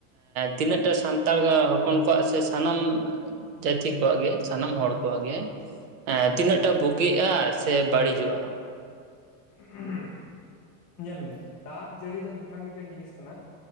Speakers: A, on the right; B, on the left.
A: ᱛᱤᱱᱟᱹᱜ ᱛᱮ ᱥᱟᱱᱛᱟᱲ ᱜᱚᱼᱦᱚᱯᱚᱱ ᱠᱚᱣᱟᱜ ᱥᱮ ᱥᱟᱱᱟᱢ ᱡᱟᱹᱛᱤ ᱠᱚᱣᱟᱜ ᱜᱮ ᱥᱟᱱᱟᱢ ᱦᱚᱲ ᱠᱚᱣᱟᱜ ᱜᱮ ᱮᱸ ᱛᱤᱱᱟᱹᱜ ᱴᱟ ᱵᱩᱜᱤᱜᱼᱟ ᱥᱮ ᱵᱟᱹᱲᱤᱡᱚᱜᱼᱟ?
B: <inaudible> ᱧᱮᱞ ᱢᱮ ᱫᱟᱜ ᱡᱟᱹᱲᱤ ᱫᱚ ᱱᱚᱝᱠᱟᱱ ᱢᱤᱫᱴᱮᱱ ᱡᱤᱱᱤᱥ ᱠᱟᱱᱟ